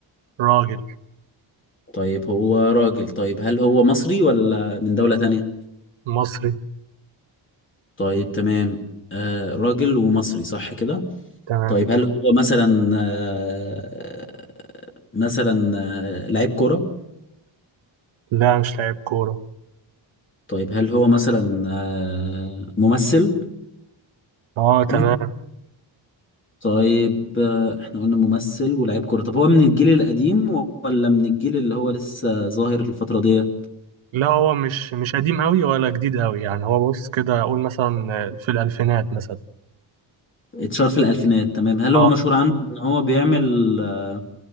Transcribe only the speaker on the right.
راجل
مصري
تمام
لا مش لاعب كورة
اه
تمام
لا هو مش مش قديم أوي ولا جديد أوي يعني هو بص كده أقول مثلا في الألفينات مثلا
اه